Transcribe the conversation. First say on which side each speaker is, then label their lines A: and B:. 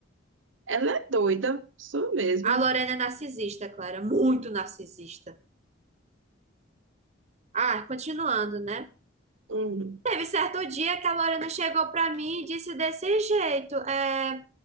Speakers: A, on the right; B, on the right.
A: Ela é doida, isso mesmo.
B: A Lorena é narcisista, Clara. Muito narcisista. Ah, continuando, né?
A: Hum.
B: Teve certo dia que a Lorena chegou para mim e disse desse jeito: é,